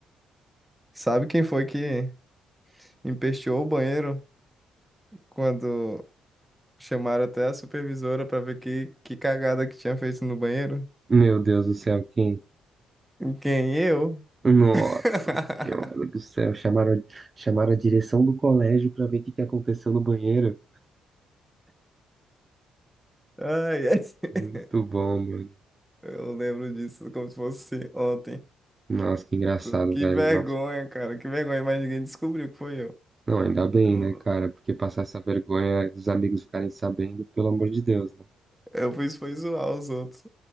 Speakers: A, in the centre; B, on the right.
A: Sabe quem foi que empesteou o banheiro quando Chamaram até a supervisora pra ver que, que cagada que tinha feito no banheiro.
B: Meu Deus do céu, quem?
A: Quem? Eu?
B: Nossa
A: <laughs>
B: Senhora do céu, chamaram, chamaram a direção do colégio pra ver o que que aconteceu no banheiro.
A: Ai, ai. <laughs>
B: Muito bom, mano.
A: Eu lembro disso como se fosse ontem.
B: Nossa, que engraçado,
A: Tu- Que
B: velho.
A: vergonha,
B: Nossa.
A: cara. Que vergonha, mas ninguém descobriu que foi eu.
B: Não, ainda bem,
A: <laughs>
B: né, cara? Porque passar essa vergonha, os amigos ficarem sabendo, pelo amor de Deus, né?
A: Eu fiz foi zoar os outros.